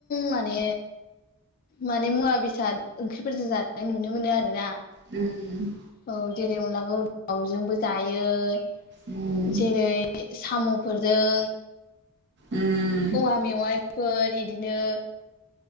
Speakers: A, on the left; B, on the right.
A: माने माने मुवा बेसाद ओंख्रिफोरजों जानाय नुनो मोनो आरोना।
B: म
A: औ जेरै अनलाखौ दाउजोंबो जायो।
B: उम
A: जेरै साम'फोरजों,
B: उम
A: औवा मेवाइफोर इदिनो